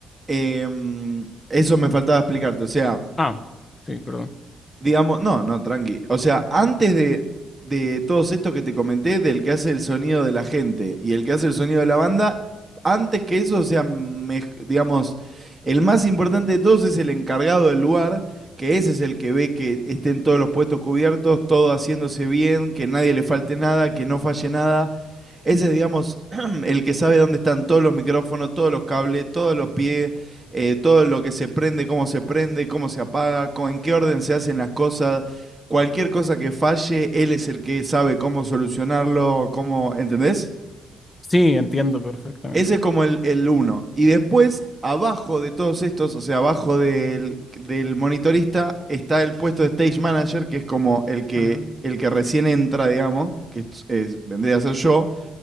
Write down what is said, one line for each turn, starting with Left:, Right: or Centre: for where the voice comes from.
Right: Em, eso me faltaba explicarte. O sea,
Left: Ah, sí, perdón.
Right: Digamos, no, no, tranqui. O sea, antes de, de todos estos que te comenté, del que hace el sonido de la gente y el que hace el sonido de la banda, antes que eso, o sea, mej- digamos, el más importante de todos es el encargado del lugar, que ese es el que ve que estén todos los puestos cubiertos, todo haciéndose bien, que nadie le falte nada, que no falle nada. Ese es, digamos, <clears throat> el que sabe dónde están todos los micrófonos, todos los cables, todos los pies, eh, todo lo que se prende, cómo se prende, cómo se apaga, co- en qué orden se hacen las cosas. Cualquier cosa que falle, él es el que sabe cómo solucionarlo, cómo, ¿entendés?
Left: Sí, entiendo perfectamente.
Right: Ese es como el, el uno. Y después, abajo de todos estos, o sea, abajo del, del monitorista, está el puesto de stage manager, que es como el que,
Left: Ah,
Right: el que recién entra, digamos, que es- es- vendría a ser yo,